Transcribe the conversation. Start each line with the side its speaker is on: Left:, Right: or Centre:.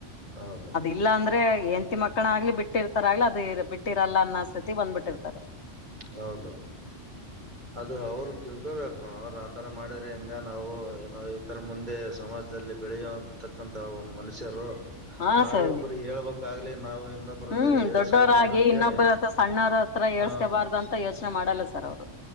Right: ಹೌದು ಮೇಡಮ್
Left: ಇಲ್ಲ ಅಂದ್ರೆ ಹೆಂತಿ ಮಕ್ಕಳ ಆಗ್ಲಿ ಬಿಟ್ಟಿರ್ತಾರಗ್ಲಿ ಅದು ಬಿಟ್ಟಿರಲ್ಲ ಅನ್ನೋ ಸ್ಥಿತಿ ಬಂದ್ಬಿಟ್ಟಿರ್ತಾರೆ <unintelligible>
Right: ಹೌದ ಹೌದ್ ಅದು ಅವರು ತಿಳ್ಕೊಬೇಕು ಕಣೋ ಆತರ ಮಾಡಿದ್ರೆ ಹೆಂಗ ನಾವು ಏನೋ ಈತರ ಮುಂದೆ ಸಮಾಜ ಇದರಲ್ಲಿ ಬೆಳೆಯತಕ್ಕಂತಹ ಒಬ್ ಮನುಷ್ಯರು
Left: ಹಾ
Right: ನಾವೇ
Left: ಸರಿ
Right: ಒಬ್ಬ್ರಿಗೆ ಹೇಳ್ಬೇಕಾಗ್ಲಿ ನಾವು ಇನ್ನೊಬ್ಬ್ರತ್ರ
Left: ಹ್ಮ್
Right: ಹೇಳ್ಸ್ಕೋಬಾರ್ದ
Left: ದೊಡ್ಡವರಾಗಿ
Right: ಅಂತೇಳಿ
Left: ಇನ್ನೊಬ್ಬರತ್ರ ಸಣ್ಣವರ ಹತ್ರ ಹೇಳ್ಸ್ಕೊಬಾರ್ದು
Right: ಹ
Left: ಅಂತ ಯೋಚನೆ ಮಾಡಲ್ಲ ಸರ್ ಅವರು